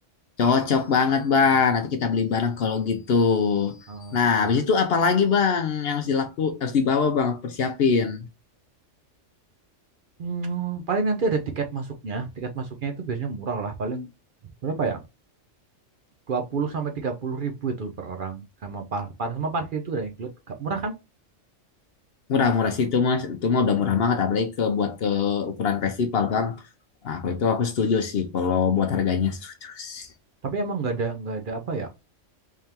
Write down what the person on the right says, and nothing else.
Hmm.
Oke.
Hmm, paling nanti ada tiket masuknya. Tiket masuknya itu biasanya murah lah. Paling berapa ya? 20 sampai 30 ribu itu per orang. Sama par par- sama parkir itu udah include. Gak- Murah kan?
Tapi emang nggak ada nggak ada apa ya?